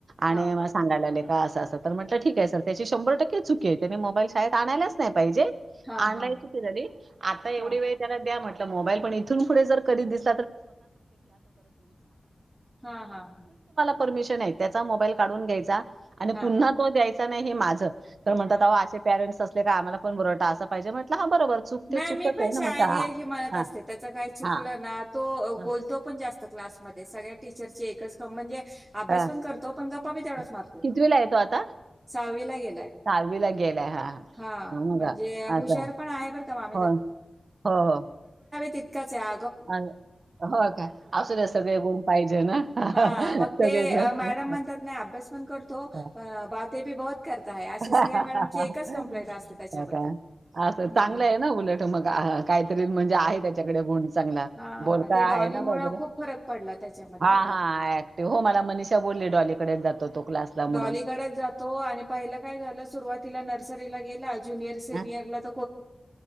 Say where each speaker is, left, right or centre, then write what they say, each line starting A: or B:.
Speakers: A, on the right; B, on the right.
A: आणि
B: हां
A: मला सांगायला लाग असा अस तर म्हटलं ठीक आहे सर त्याची शंभर टक्के चुकी आहे त्याने मोबाईल शाेत आणायलाच नाही पाहिजे
B: हां
A: नलाईन
B: हां
A: सु झाली आता एवढी
B: हां
A: वेळ त्याला द्या म्हटलं मोबाईल पण इथून पुढे जर कधी दिस <inaudible>
B: हां हां हां
A: परमिशन आहे त्याचा मोबाईल काढून घ्यायचा आणि
B: हां
A: पुन्हा तो द्यायचा नाही हे माझं तर म्हणतात
B: हां
A: असे पेरेंट्स असले का आम्हाला कोण बरवड अस पाहिजे म्हटलं बरोबर चूक ते
B: नाही
A: चूकच
B: मी पण
A: आहे ना
B: शाळेत
A: म्हटलं
B: गेले
A: हा
B: की म्हणत
A: हां
B: असते त्याच काही चुकलं
A: हां
B: ना तो
A: हां
B: बोलतो पण जास्त क्लासमध्ये सगळ्या टीचरचे एकच काम म्हणजे अभ्यास
A: हां
B: पण करतो पण गप्पा बी तेवढाच
A: हां
B: मारतो
A: कितवीला
B: तो
A: आहे आता
B: साहावीला गेलाय
A: सहावीला गेलाय हां हां
B: हा
A: मग
B: म्हणजे हुशर
A: असं
B: पण आहे बर का बडा
A: हो हो हो
B: ततका
A: अ हो का असू दे सगळे गुण पाहिजे ना
B: <inaudible>
A: सगळे गुण
B: मॅडम म्हणतात ना अभ्यास पण करतो
A: हां
B: बााते बी बत करता आहे अशे
A: हां
B: सगळ्या मॅडमची एकच कंप्लेंट असते त्याच्याबद्दल्
A: हो का? असं चांगलं आहे ना उलट मग काहीतरी म्हणजे आहे त्याच्याकडे गं चांगला
B: हा
A: बोलता
B: हा ते डॉलीमुळे
A: आहे ना बजर
B: खूप फरक पडला त्याच्यामध्ये
A: हा
B: बरं
A: हा
B: का
A: ऍक्टिव हो मला मनीषा बोलली डॉल डे जातो तो क्लासला म्हणून
B: डॉलीकडेच जातो आणि पहिलं काय झालं सुरुवातीला नर्सरीला गेला हो
A: हा